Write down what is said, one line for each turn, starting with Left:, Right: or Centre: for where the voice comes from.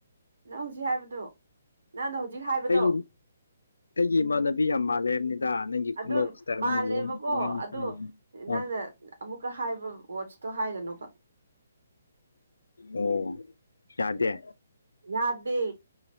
Right: ꯅꯪ ꯍꯨꯖꯤꯛ ꯍꯥꯏꯕꯗꯣ ꯅꯪꯅ ꯍꯧꯖꯤꯛ ꯍꯥꯏꯕꯗꯣ
Left: ꯑꯩ ꯑꯩꯒꯤ ꯏꯃꯥꯟꯅꯕꯤ ꯌꯥꯝ ꯃꯥꯜꯂꯦ ꯍꯥꯏꯕꯅꯤꯗ ꯅꯪꯒꯤ
Right: ꯑꯗꯨꯝ
Left: ꯈꯨꯅꯣꯛ ꯁ꯭ꯇꯥꯏꯜ
Right: ꯃꯥꯜꯂꯦꯕꯀꯣ
Left: ꯅꯪꯒꯤ ꯑꯥ
Right: ꯑꯗꯣ ꯅꯪꯅ ꯑꯃꯨꯛꯀ ꯍꯥꯏꯕ ꯋꯥꯔꯠꯁ ꯇꯣ ꯍꯥꯏꯒꯅꯣꯕ
Left: ꯑꯣ ꯌꯥꯗꯦ
Right: ꯌꯥꯗꯦ